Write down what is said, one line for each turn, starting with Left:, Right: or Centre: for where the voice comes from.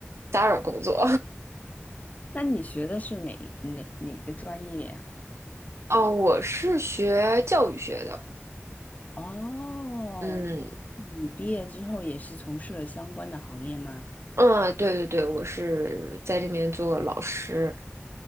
Right: Zara 工作。
Left: 那你学的是哪哪哪个专业呀？
Right: <laughs> 哦，我是学教育学的，
Left: 哦，
Right: 嗯
Left: 你毕业之后也是从事了相关的行业吗？
Right: 嗯，对对对，我是在这边做老师。